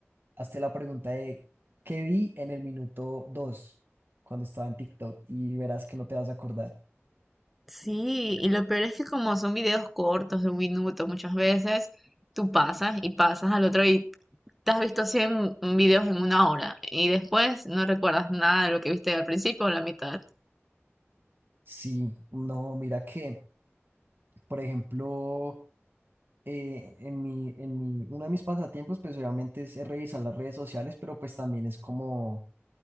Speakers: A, on the right (about 50°); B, in the centre.
A: hazte la pregunta de ¿qué vi en el minuto 2 cuando estaba en TikTok? Y verás que no te vas a acordar.
B: sí, y lo peor es que como son videos cortos de un minuto muchas veces, tú pasas y pasas al otro te has visto 100 videos en una hora y después no recuerdas nada de lo que viste al principio o la mitad.
A: Sí, no, mira que, por ejemplo... eh, en mi, en mi, uno de mis pasatiempos, pues obviamente es es revisar las redes sociales, pero pues también es como